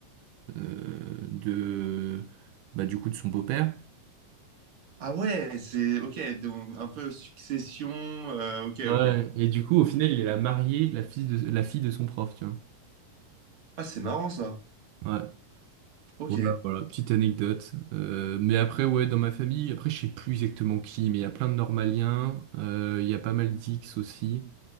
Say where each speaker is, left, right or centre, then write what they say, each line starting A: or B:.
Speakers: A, on the right; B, on the right.
A: euh, de, bah, du coup, de son beau-père.
B: Ah ouais, c'est ok, donc un peu succession. euh, ok,
A: Ouais.
B: ok.
A: Et du coup, au final, il a marié la fille de, la fille de son prof, tu vois.
B: Ah, c'est marrant ça.
A: Ouais.
B: Ok,
A: Voilà, voilà, petite anecdote. Euh, mais après, ouais, dans ma famille, après, je sais plus exactement qui, mais il y a plein de normaliens, euh, il y a pas mal d'X aussi.